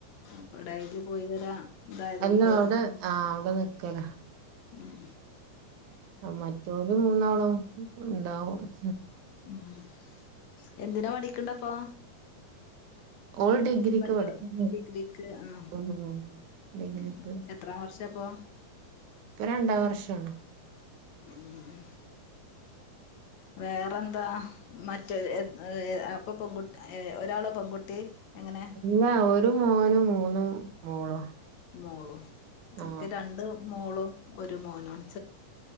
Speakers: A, on the left (about 65°); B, on the right (about 75°).
A: അപ്പൊ ഡൈയില് പോയി വരാ ഇതായതോണ്ട്.
B: അല്ല അവിടെ ആഹ് അവിടെ നിക്കലാ
A: ഉം
B: ആ മറ്റൊര് മൂന്നാളും ഇണ്ടാവും.
A: ഉ എന്തിനാ പഠിക്കണ്ടപ്പൊ.
B: ഓള് ഡിഗ്രിക്ക്
A: വല്ല്യോ
B: പഠിക്കാ
A: ഡിഗ്രിക്ക് ആഹ്
B: ഉം ഡിഗ്രിക്ക്
A: മ് <unintelligible> എത്രാം വർഷ ഇപ്പോ?
B: ഇപ്പ രണ്ടാം വർഷാണ്.
A: മ് വേറെന്താ? മറ്റ <unintelligible> അപ്പ പെൺ കുട് ഏ ഒരാളോ പെൺകുട്ടി എങ്ങനെ?
B: അല്ല ഒരു മോനും മൂന്നു മോളും.
A: മോളും ഇൻക്ക്
B: ആഹ്
A: രണ്ട് മോളും ഒരു മോനു ആണ്.